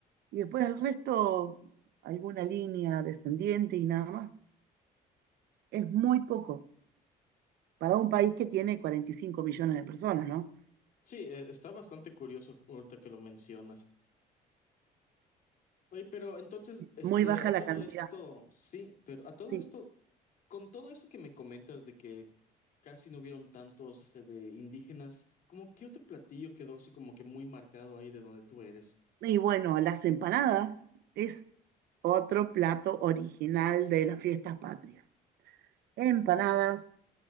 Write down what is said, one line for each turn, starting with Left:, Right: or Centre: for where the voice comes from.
Right: y después el resto, alguna línea descendiente y nada más. Es muy poco para un país que tiene 45 millones de personas, ¿no?
Left: sí, eh, está bastante curioso ahorita que lo mencionas. Oye, pero entonces, este,
Right: Muy baja
Left: a todo
Right: la cantidad,
Left: esto, sí, pero a todo
Right: sí.
Left: esto... Con todo eso que me comentas de que casi no hubieron tantos este, de indígenas, ¿cómo qué otro platillo quedó así como que muy marcado ahí de donde tú eres?
Right: Y bueno, las empanadas es otro plato original de las fiestas patrias. Empanadas,